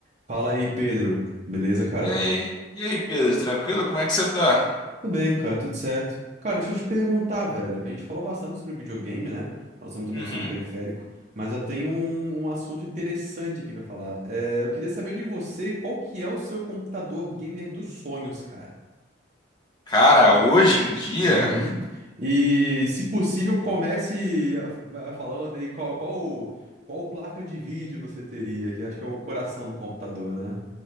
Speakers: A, on the right (about 35°); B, on the left (about 20°).
A: Fala aí, Pedro. Beleza, cara?
B: E aí, e aí, Pedro, tranquilo? Como é que você tá?
A: Tudo bem, cara, tudo certo. Cara, deixa eu te perguntar, velho. A gente falou bastante sobre videogame, né? Nós estamos também
B: Uhum.
A: sobre periférico, mas eu tenho um, um assunto interessante aqui pra falar. É, eu queria saber de você qual que é o seu computador gamer dos sonhos, cara.
B: Cara, hoje em dia,
A: Uhum. E, se possível, comece a- a- falando aí qual, qual, qual placa de vídeo você teria, que acho que é o coração do computador, né?